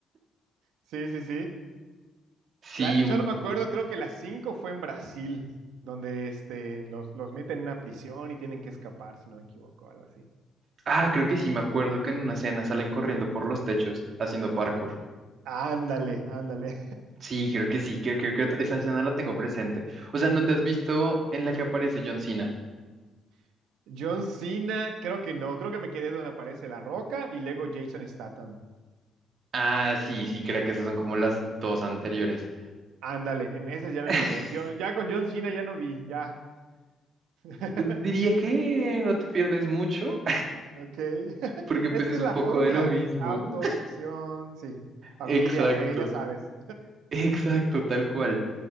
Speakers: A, on the right; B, on the right.
A: Sí, sí, sí.
B: Sí,
A: La-
B: un
A: solo me
B: poco.
A: acuerdo, creo que las cinco fue en Brasil, donde este, los, los meten en una prisión y tienen que escapar, si no me equivoco, algo así.
B: Ah, creo que sí, me acuerdo que en una escena salen corriendo por los techos haciendo parkour.
A: Ándale, ándale.
B: Sí, creo que sí, que- creo que esa escena la tengo presente. O sea, ¿no te has visto en la que aparece John Cena?
A: <laughs> John Cena, creo que no, creo que me quedé donde aparece La Roca y luego Jason Statham.
B: Ah, sí, sí, creo que esas son como las dos anteriores.
A: Ándale, en esas ya me
B: <laughs>
A: quedé. Yo ya con John Cena ya no vi, ya. <laughs>
B: Diría que no te pierdes mucho.
A: Ok. <laughs>
B: Porque pues
A: Es que
B: es
A: es
B: un
A: la
B: poco
A: fórmula,
B: de lo mismo.
A: autos, acción, sí, familia,
B: Exacto,
A: fe, ya sabes.
B: exacto, tal cual.